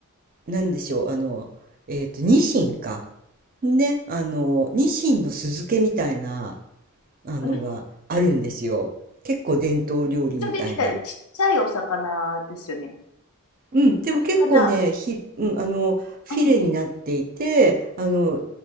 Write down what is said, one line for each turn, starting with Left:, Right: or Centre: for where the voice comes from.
Right: なんでしょう、あの、えっと、ニシンか。ね、あの、ニシンの酢漬けみたいな、あのがあるんですよ。
Left: うん、あん
Right: 結構伝統料理みたいな。
Left: ちゃびみたいなちっちゃいお魚ですよね。
Right: うん、でも結構ね、
Left: あれかな
Right: ひ、うん、あの、フィレになっていて、
Left: うん。
Right: あの、